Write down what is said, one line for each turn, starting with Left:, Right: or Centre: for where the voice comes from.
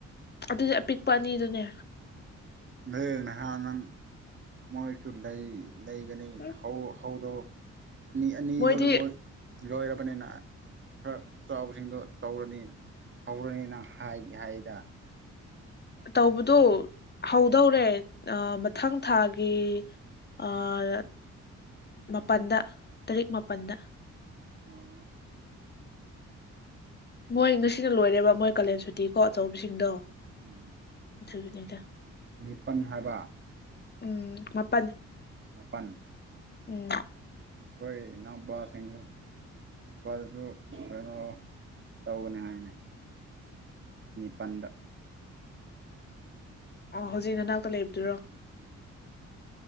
Left: ꯑꯗꯨꯗꯤ ꯑꯄꯤꯛꯄ ꯑꯅꯤꯗꯨꯅꯦ
Right: ꯂꯩ ꯅꯍꯥꯟ ꯅꯪ ꯃꯣꯏꯁꯨ ꯂꯩ ꯂꯩꯒꯅꯤ
Left: ꯎꯝ
Right: ꯍꯧ ꯍꯧꯗꯣ ꯑꯅꯤ ꯑꯅꯤꯗꯣ
Left: ꯃꯣꯏꯗꯤ
Right: ꯂꯥꯥꯣꯏ ꯂꯣꯏꯔꯕꯅꯤꯅ ꯈꯔ ꯆꯥꯎꯕꯁꯤꯡꯗꯣ ꯇꯧꯔꯅꯤꯅ ꯍꯧꯔꯅꯤꯅ ꯍꯥꯏꯗꯤ ꯍꯥꯏꯗ
Left: ꯇꯧꯕꯗꯨ ꯍꯧꯗꯧꯔꯦ ꯑꯥ ꯃꯊꯪ ꯊꯥꯒꯤ ꯑꯥ ꯃꯥꯄꯜꯗ ꯇꯔꯦꯠ ꯃꯥꯄꯜꯗ
Right: ꯑꯣ
Left: ꯃꯣꯏ ꯉꯁꯤꯅ ꯂꯣꯏꯔꯦꯕ ꯃꯣꯏ ꯀꯥꯂꯦꯟ ꯁꯨꯇꯤꯀꯣ ꯑꯆꯧꯕꯁꯤꯡꯗꯣ
Right: ꯎꯝ
Left: ꯗꯨꯗꯨꯅꯤꯗ
Right: ꯅꯤꯄꯟ ꯍꯥꯏꯕ
Left: ꯎꯝ ꯃꯥꯄꯟ
Right: ꯃꯥꯄꯟ
Left: ꯎꯝ
Right: ꯑꯩꯈꯣꯏ ꯏꯅꯥꯎꯄꯥꯁꯤꯡ ꯏꯅꯥꯎꯄꯥꯗꯨꯁꯨ ꯀꯩꯅꯣ ꯇꯧꯒꯅꯤ ꯍꯥꯏꯅꯦ ꯅꯤꯄꯥꯟꯗ
Left: ꯑꯣ ꯍꯧꯖꯤꯛ ꯅꯅꯥꯛꯇ ꯂꯩꯕꯗꯨꯔꯣ
Right: ꯎꯝ